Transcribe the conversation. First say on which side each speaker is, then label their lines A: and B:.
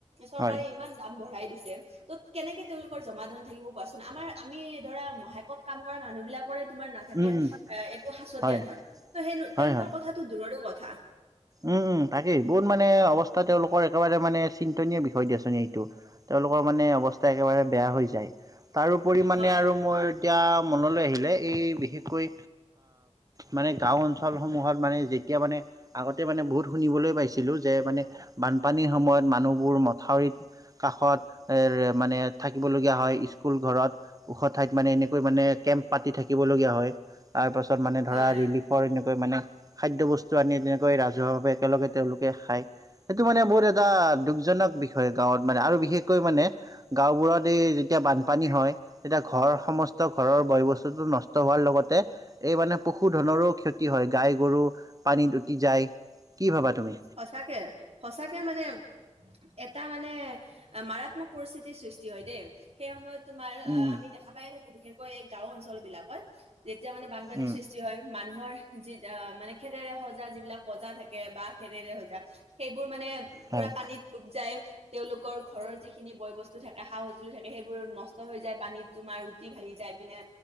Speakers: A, on the right (about 55°); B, on the right (about 30°).
A: চৰকাৰে
B: হয়
A: ইমান দাম বঢ়াই দিছে ত' কেনেকে তেওঁলোকৰ জমা ধন থাকিব কোৱাচোন আমাৰ আমি ধৰা মাহেকত কাম কৰা মানুহ বিলাকৰে তোমাৰ না
B: উম উম
A: এ একো সাঁচতীয়া
B: হয়
A: ধন ত' সেই
B: হয়
A: তেওঁলোকৰ
B: হয়
A: কথাটো দূৰৰো কথা।
B: উম তাকেই বহুত মানে অৱস্থা তেওঁলোকৰ একেবাৰে মানে চিন্তনীয় বিষয় দিয়াচোন এইটো। তেওঁলোকৰ মানে অৱস্থা একেবাৰে বেয়া হৈ যায় তাৰোপৰি মানে
A: হয়,
B: আৰু মই এতিয়া মনলৈ আহিলে এই বিশেষকৈ মানে গাঁও অঞ্চলসমূহত মানে যেতিয়া মানে আগতে মানে বহুত শুনিবলৈ পাইছিলোঁ যে মানে বানপানীৰ সময়ত মানুহবোৰ মথাউৰিত কাষত মানে থাকিবলগীয়া হয় স্কুল ঘৰত ওখ ঠাইত মানে এনেকৈ মানে কেম্প পাতি থাকিবলগীয়া হয়। তাৰ পাছত মানে ধৰা
A: হয়।
B: ৰিলিফৰ এনেকৈ মানে খাদ্য বস্তু আনি তেনে কৈ ৰাজহুৱাভাবে একেলগে তেওঁলোকে খায়। সেইটো মানে বহুত এটা দুখজনক বিষয় গাঁৱত মানে আৰু বিশেষকৈ মানে গাঁওবোৰত এই যেতিয়া বানপানী হয়, তেতিয়া ঘৰ সমস্ত ঘৰৰ বয় বস্তুটো নষ্ট হোৱাৰ লগতে এই মানে পশুধনৰো ক্ষতি হয়। গাই গৰু পানীত উটি যায়। কি ভাবা তুমি?
A: সঁচাকে সঁচাকে মানে এটা মানে মাৰাত্মক পৰিস্থিতিৰ সৃষ্টি হয় দেই। সেই সময়ত তোমাৰ
B: উম
A: আ
B: উম
A: আমি দেখা পাই থাকো, বিশেষকৈ এই গাওঁ অঞ্চল বিলাকত। যেতিয়া মানে বানপানীৰ
B: উম
A: সৃষ্টি হয়, মানুহৰ যি মানে খেৰেৰে সজা যিবিলাক প্ৰজা থাকে বা খেৰেৰে সজা, সেইবোৰ মানে
B: হয়
A: পুৰা পানীত ডুব যায়। তেওঁলোকৰ ঘৰৰ যিখিনি বয়-বস্তু থাকে, সা-সঁজুলি থাকে সেইবোৰ নষ্ট হৈ যায় পানীত তোমাৰো উটি ভাঁহি যায় এইপিনে।